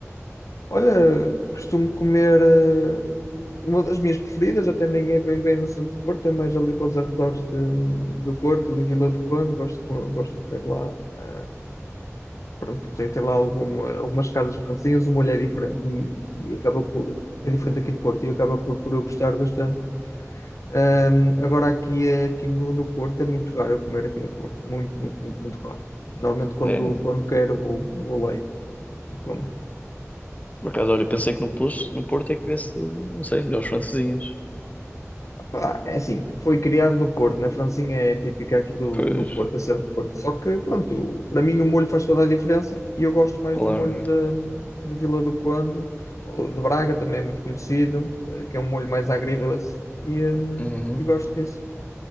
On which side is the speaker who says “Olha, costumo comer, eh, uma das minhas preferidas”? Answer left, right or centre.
Left